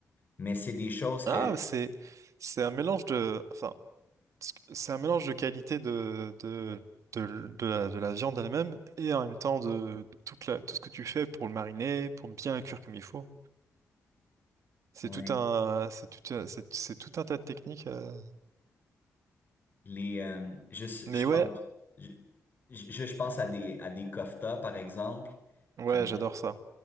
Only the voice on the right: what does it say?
Ah,
c'est c'est un mélange de. Enfin, parce que c'est un mélange de qualité de, de, de, l- de la, de la viande elle-même et en même temps de toute la, tout ce que tu fais pour le mariner, pour bien le cuire comme il faut. C'est
tout un, c'est tout, un- c'est, c'est tout un tas de techniques. euh.
Mais
ouais,
ouais,
j'adore ça.